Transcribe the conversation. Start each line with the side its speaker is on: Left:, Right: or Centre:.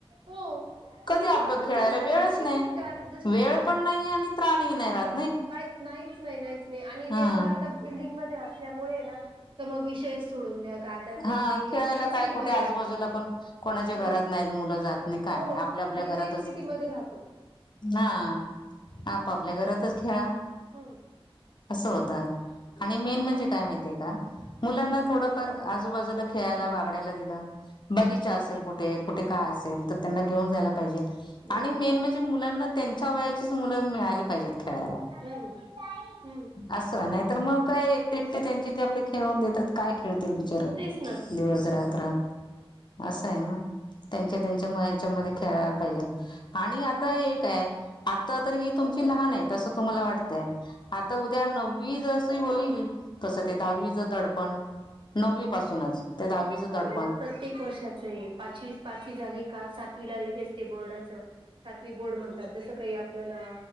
Right: हो
Left: कधी
Right: मी
Left: अब,
Right: सोडतच
Left: खेळायला
Right: नाही डायरेक्ट
Left: वेळच
Right: जशा
Left: नाही.
Right: सुट्ट्या आल्या
Left: वेळ पण नाहीे आणि त्राणही नाही राहात.
Right: काही नाही नाहीच नाही नाहीच नाही आणि नेमका
Left: हा
Right: आता बिल्डिंग असल्यामुळे ना मग विषय सोडून द्या. गार्डन नाही
Left: हा
Right: मेन
Left: खेळायला
Right: मेन
Left: काय
Right: सिटी
Left: कुठे
Right: मध्ये
Left: आजूबाजूला
Right: राहतो
Left: पण कोणाच्या घरात
Right: मेन
Left: नाहीत मुलं. जात नाही काही
Right: हो
Left: नाही आपआपल्या
Right: आणि
Left: घरातच
Right: मेन सिटी मध्ये राहतो
Left: हा आप आप पल्या घरातच खेळा.
Right: हम्म.
Left: असं होत आणि मेन
Right: हा
Left: म्हणजे काय माहितीये का मुलांना
Right: याला
Left: थोडफार आजुबाजुला खेळायला बघायला गेल बागिचा असेल कुठे कुठे काय असेल तर त्यांना घेऊन जायला पाहिजे
Right: जर
Left: आणि
Right: बाबा
Left: मेन
Right: म्हटलं
Left: म्हणजे मुलांना त्यांच्या वयाचीच मुलं मिळाली पाहिजेत खेळायला
Right: हम्म हम्म
Left: असं नाही तर मग काय एकटे एकटे त्यांचे ते आपले खेळून घेतात काय खेळतील दिवस
Right: तेच ना
Left: रात्र अस आहे ना त्यांच्या त्यांच्या म मध्ये खेळायला पाहिजे आणि आता हे काय आता तर ही तुम लहान आहेत अस तुम्हाला वाटत आता
Right: हम्म
Left: उद्या नव्वी जशी होईल तस ते
Right: हम्म
Left: दहावीच दडपण. नववी पासूनच ते दहावीचं
Right: अ
Left: दडपण
Right: प्रत्येक वर्षाच आहे पाचवी, पाचवी झाली का सात- - वीला लगेच ते बोर्डाचं सातवी बोर्ड म्हणतात जस काही आपल्याला